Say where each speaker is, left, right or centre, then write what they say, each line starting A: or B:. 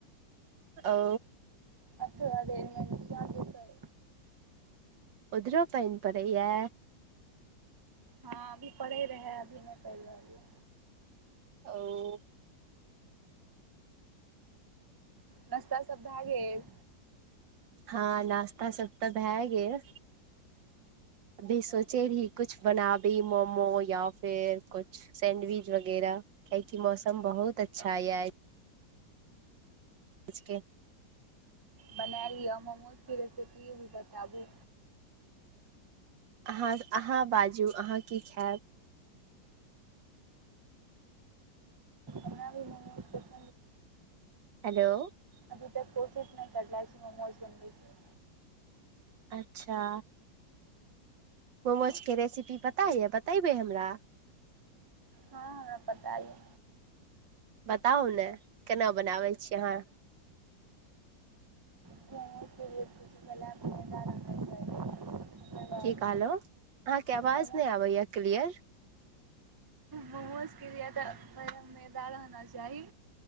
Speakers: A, on the right (about 70°); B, on the right (about 30°).
A: ओ।
B: अ त अदे मतै। <unintelligible>
A: उधरो पयन पड़य या।
B: हँ अभी पढ़े रहै अभी नहि पड़ रहल या।
A: ओ।
B: नाश्ता सब भए गेल।
A: हँ नाश्ता सब त भए गेल। अभी सोचे रही कुछ बना भी मोमो या फिर कुछ। सैंडविच वगैरहा किया कि मौसम बहुत अच्छा य। आजके।
B: बनाय लिअ मोमोजके रेसिपी भी बताबु।
A: अहाँ अहाँ बाजू अहाँ की खायब।
B: हम भी म।
A: हेलो।
B: अभी तक कोशिश नहि करले छी मोमोज बनबैके।
A: अच्छा। मोमोज के रेसिपी पता यऽ बतेबै हमरा।
B: हँ हमरा पता यै।
A: बताउ ने केना बनाबै छी अहाँ?
B: <inaudible> बाद
A: की कहलो अहाँके आवाज
B: मोमोज
A: नै आबैया क्लियर।
B: मोमोज के लिये तऽ पहिले मैदा रहना चाही।